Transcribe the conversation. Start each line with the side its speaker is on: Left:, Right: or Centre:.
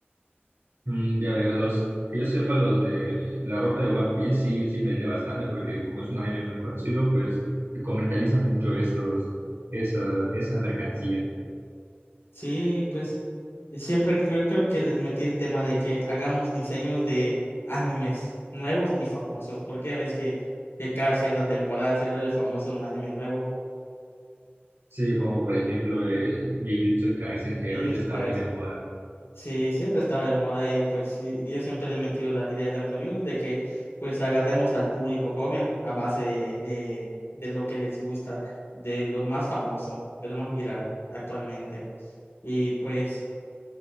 Right: Mm, ya veo, los, que yo sepa, los de la ropa de One Piece sí, sí vende bastante porque como es un anime muy conocido, pues se comercializa mucho esos, esa, esa mercancía.
Left: Sí, pues y siempre creo, creo que les metí el tema de que hagamos diseños de animes nuevos y famosos, porque ves que, que cada cierta temporada se vuelve famoso un anime nuevo.
Right: Sí, como por ejemplo el Jujutsu Kaisen, que
Left: Y
Right: ahorita
Left: yo siempre
Right: está muy
Left: eso.
Right: de moda.
Left: Sí, siempre estaba de moda y pues sí, y yo siempre le he metido las ideas a mis amigos de que pues agarremos al público joven a base de, de, de lo que les gusta, de lo más famoso, de lo más viral actualmente. Y pues...